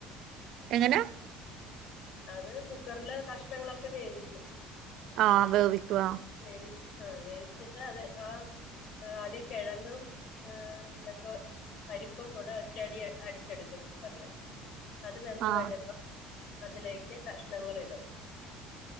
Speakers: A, on the right; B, on the left.
A: എങ്ങനാ
B: അത് കുക്കറ്ല് കഷ്ണങ്ങളൊക്കെ വേവിക്കും
A: ആഹ് വേവിക്കും ആഹ്
B: വേവിച്ച് ആഹ് വേവിച്ചിട്ട് അത് ആഹ് ഏഹ് ആദ്യം കെഴങ്ങും ഏഹ് ഇതൊക്ക പരിപ്പും കൂടെ ഒറ്റടി അടിച്ചെടുക്കും കുക്കറ്ല് അത് വെന്ത്
A: ആഹ്
B: വരുമ്പോ അതിലേക്ക് കഷ്ണങ്ങള് ഇടും